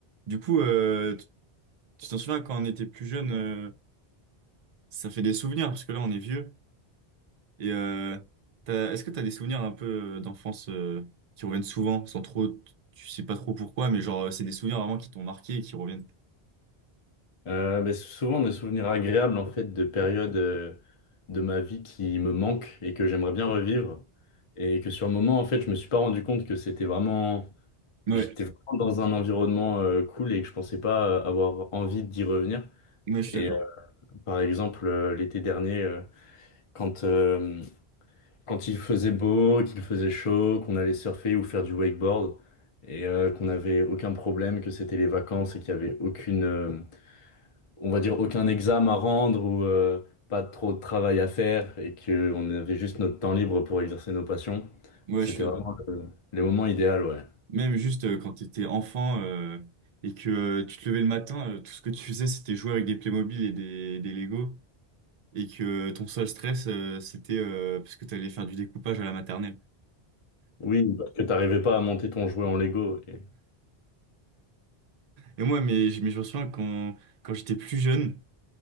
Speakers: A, on the right (about 50°); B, on the left (about 40°).
A: Du coup, euh, tu tu t'en souviens quand on était plus jeune, euh, ça fait des souvenirs parce que là on est vieux. Et euh, t'as- est-ce que t'as des souvenirs un peu euh, d'enfance euh, qui reviennent souvent, sans trop, t- tu sais pas trop pourquoi, mais genre euh, c'est des souvenirs vraiment qui t'ont marqué et qui reviennent.
B: Euh, ben, souvent des souvenirs agréables en fait de périodes euh, de ma vie qui me manquent et que j'aimerais bien revivre et que sur le moment en fait je me suis pas rendu compte que c'était vraiment
A: Ouais,
B: j'étais vraiment dans un environnement euh, cool et que je pensais pas euh, avoir envie d'y revenir
A: ouais, je
B: et
A: suis d'accord.
B: euh, par exemple euh, l'été dernier euh, quand euh, quand il faisait beau qu'il faisait chaud qu'on allait surfer ou faire du wakeboard et euh, qu'on n'avait aucun problème que c'était les vacances et qu'il y avait aucune euh, on va dire, aucun examen à rendre ou euh, pas trop de travail à faire et qu'on avait juste notre temps libre pour exercer nos passions.
A: Ouais,
B: C'était
A: je suis d'accord.
B: vraiment le- les moments idéaux, ouais.
A: Même juste euh, quand t'étais enfant euh, et que euh, tu te levais le matin, euh, tout ce que tu faisais c'était jouer avec des Playmobil et des, des Lego et que euh, ton seul stress euh, c'était euh, parce que t'allais faire du découpage à la maternelle.
B: Oui, parce que t'arrivais pas à monter ton jouet en Lego. et-
A: Et moi, mais, je- mais je me souviens quand, quand j'étais plus jeune,